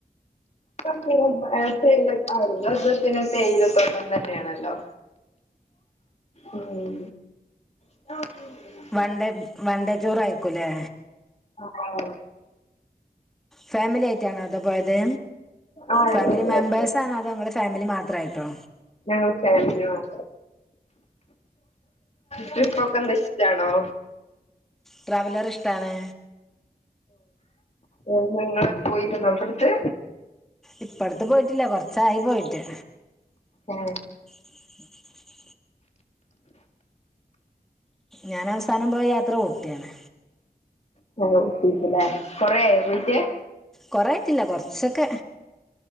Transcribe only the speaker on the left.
<unintelligible> പിന്നെ തെയിലത്തോട്ടം തന്നെയാണല്ലോ ഉം <unintelligible>
<unintelligible>
ആഹ്
ആഹ്
ഞങ്ങൾ ഫാമിലി മാത്രം ട്രിപ്പൊക്കെ എന്താ ഇഷ്ടാണോ
ഓ ഞങ്ങള് പോയിരുന്നോ അപ്പർത്ത്
ആഹ്
<unintelligible> കൊറെ ആയോ പോയിട്ട്